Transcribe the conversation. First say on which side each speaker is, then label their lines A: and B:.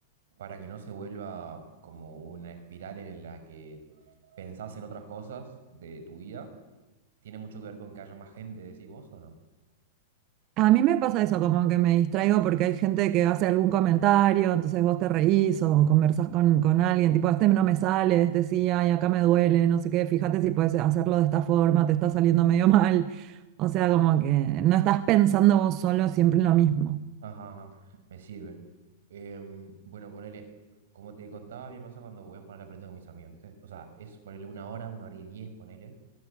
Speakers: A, on the right; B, on the right.
A: para que no se vuelva como una espiral en la que pensás en otras cosas de tu vida? tiene mucho que ver con que haya más gente, decís vos o no.
B: A mí me pasa eso, como que me distraigo porque hay gente que hace algún comentario, entonces vos te reís o conversás con, con alguien, tipo, este no me sale, este sí, ay, acá me duele, no sé qué, fíjate si puedes hacerlo de esta forma, te está saliendo medio <laughs> mal. O sea, como que no estás pensando vos solo siempre en lo mismo.
A: Ajá, ajá, me sirve. Em, bueno, ponele, como te contaba, a mí me pasa cuando voy a jugar a la pelota con mis amigos, ¿viste? O sea, es ponele una hora, una hora y diez, ponele.